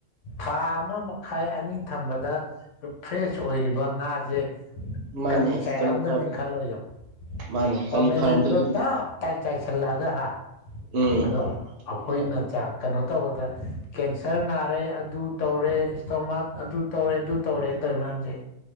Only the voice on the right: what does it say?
ꯃꯥꯅꯦ
ꯐꯥꯔꯝ
ꯃꯥꯅꯦ
ꯀꯔꯤ ꯐꯥꯔꯝꯗꯣꯏꯅꯣ ꯑꯗꯨꯅ
ꯎꯝ
ꯎꯝ